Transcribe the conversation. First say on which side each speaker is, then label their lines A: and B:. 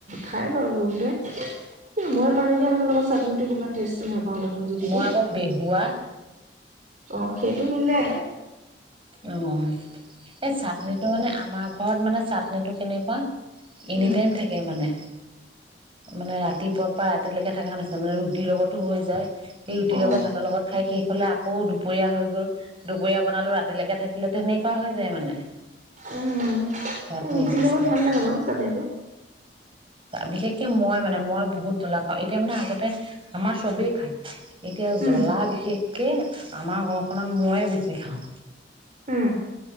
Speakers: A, on the right; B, on the right.
A: খাই বাৰু বহুতে মই পানী দিয়া ভাতত অলপ চাটনিটো কিবমা টেষ্টটো নাই। ভাল ৰখোন যদিটো
B: মই আকৌ বেহুৱা
A: অ', সেইটো মিলাই
B: অ'। এই চাটনিটো মানে আমাৰ ঘৰত ঘৰত মানে চাটনিটো কেনেকুৱা এনিটাইম
A: উম
B: থাকে মানে। মানে ৰাতিপুৱাৰ পৰা ৰাতিলৈকে থকা নিচিনা মানে ৰুটিৰ লগতো হৈ যায়। সেই ৰুটিৰ
A: অ
B: লগত ভাতৰ লগত খাই শেষ হ'লে আকৌ দুপৰীয়া হৈ গ'ল। কুবুৰীয়া বনালো ৰাতিলৈকে থাকিলে তেনেকুৱা হৈ যায় মানে।
A: উম,
B: চাটনি
A: ৰুটি
B: চিচনা
A: লবত ভাল লাগে বাৰু চাটনিটো
B: বিশেষকে মই মানে মই বহুত জ্বলা খাওঁ এতিয়া মানে আগতে আমাৰ চবেই খায় এতিয়া জ্বলা
A: উম
B: বিশেষকে আমাৰ ঘৰখনত মই শিখাওঁ
A: উম